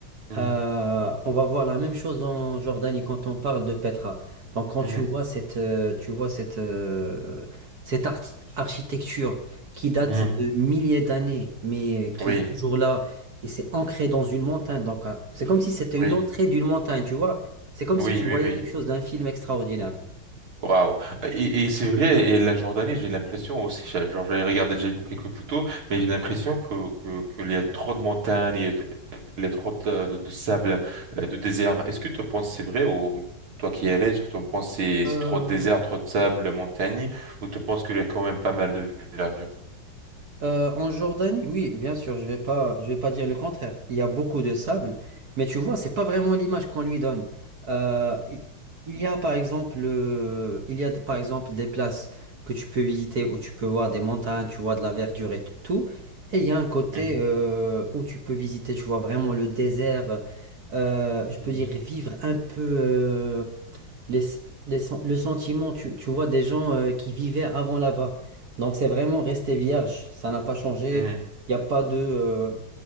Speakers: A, on the right; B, on the right.
A: mhm,
B: euh, on va voir la même chose en Jordanie quand on parle de Petra. Donc quand
A: mhm,
B: tu vois cette, euh, tu vois cette, euh, cette archi- architecture qui date
A: mhm.
B: de milliers d'années, mais euh, qui
A: Oui,
B: est toujours là, et c'est ancré dans une montagne. Donc euh, c'est comme si c'était une
A: oui,
B: entrée d'une montagne, tu vois. C'est comme
A: oui,
B: si tu
A: oui,
B: voyais
A: oui.
B: quelque chose d'un film extraordinaire.
A: Waouh. Et, et c'est vrai, et la Jordanie, j'ai l'impression aussi, j'ai- genre j'ai regardé, j'ai vu quelques photos, mais j'ai l'impression que, que, que il y a trop de montagnes, et y il y a trop de, de- de sable, euh, de désert. Est-ce que tu penses que c'est vrai ou toi qui y allais, est-ce que tu penses que c'est
B: Euh,
A: c'est trop de désert, trop de sable, montagne, ou tu penses qu'il y a quand même pas mal de verdure?
B: Euh, en Jordanie, oui, bien sûr, je vais pas, je vais pas dire le contraire. Il y a beaucoup de sable, mais tu vois, c'est pas vraiment l'image qu'on lui donne. Euh, i- il y a par exemple, euh, il y a par exemple des places que tu peux visiter où tu peux voir des montagnes, tu vois de la verdure et tout. Et il y a un côté
A: Mhm,
B: euh, où tu peux visiter, tu vois vraiment le désert. euh, je peux
A: mhm,
B: dire vivre un peu. euh, les- les sen- le sentiment, tu, tu vois, des gens euh, qui vivaient avant là-bas. Donc c'est vraiment resté vierge, ça n'a pas changé.
A: mhm,
B: Il n'y a pas de, euh,